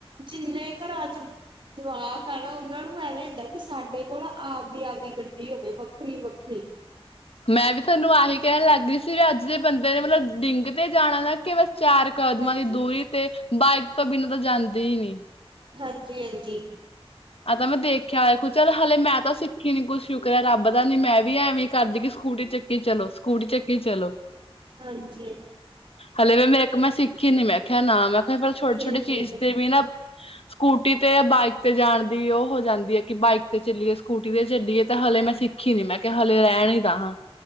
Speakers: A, on the right; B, on the left.
A: ਜਿੰਨੇ ਘਰਾਂ ਚ ਜਵਾਕ ਆ ਨਾ ਉਹਨਾਂ ਨੂੰ ਐਵੇਂ ਹੁੰਦਾ ਕਿ ਸਾਡੇ ਕੋਲ ਆਪ ਦੀ ਆਪਦੀ ਗੱਡੀ ਹੋਵੇ ਵੱਖਰੀ-ਵੱਖਰੀ,
B: ਮੈਂ ਵੀ ਤੁਹਾਨੂੰ ਆਹੀ ਕਹਿਣ ਲੱਗ ਗਹੀ ਸੀ ਵੀ ਅੱਜ ਦੇ ਬੰਦੇ ਨੇ ਮਤਲਬ ਡਿੰਗ ਤੇ ਜਾਣਾ ਨਾ ਕਿ ਬਸ, ਚਾਰ ਕਦਮਾਂ
A: ਹਾਂਜੀ,
B: ਦੀ ਦੂਰੀ ਤੇ, ਬਾਈਕ ਤੋਂ ਬਿਨਾਂ ਤਾਂ ਜਾਂਦੇ ਹੀ ਨੀ,
A: ਹਾਂਜੀ-ਹਾਂਜੀ,
B: ਆਹ ਤਾਂ ਮੈਂ ਦੇਖਿਆ ਹੋਇਆ ਚੱਲ ਹਲੇ ਮੈਂ ਤਾਂ ਸਿੱਖੀ ਨੀ ਕੁਝ ਸ਼ੁਕਰਿਆ ਰੱਬ ਦਾ ਨੀ ਮੈਂ ਵੀ ਐਵੇਂ ਕਰਦੀ ਕਿ ਸਕੂਟੀ ਚੱਕੀ ਚਲੋ ਸਕੂਟੀ ਚੱਕੀ, ਚਲੋ।
A: ਹਾਂਜੀ,
B: ਹਲੇ ਵੀ ਮੇਰੇ ਇੱਕ ਮੈਂ ਸਿੱਖੀ ਨੀ ਮੈਂ ਕਿਹਿਆ ਨਾ ਮੈਂ, ਕ ਫਿਰ ਛੋਟੀ-ਛੋਟੀ
A: ਠੀਕ
B: ਚੀਜ਼
A: ਹੈ ਜੀ।
B: ਤੇ ਵੀ ਨਾ, ਸਕੂਟੀ ਤੇ ਜਾਂ ਬਾਈਕ ਤੇ ਜਾਣ, ਦੀ ਉਹ ਹੋ ਜਾਂਦੀ ਹੈ ਕਿ ਬਾਈਕ ਤੇ ਚੱਲੀਏ ਸਕੂਟੀ ਤੇ ਚੱਲੀਏ। ਤਾਂ ਹਲੇ ਮੈਂ ਸਿੱਖੀ ਨੀ ਮੈਂ ਕਿਹਾ ਹਲੇ ਰਹਿਣ ਹੀ ਹਾਂ,